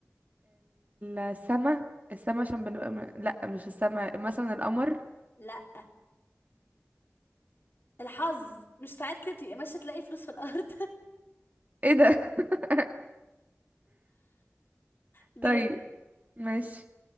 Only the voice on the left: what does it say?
لا الحظ مش ساعات كده تبقي ماشيه تلاقي فلوس في الارض
<laughs>
دور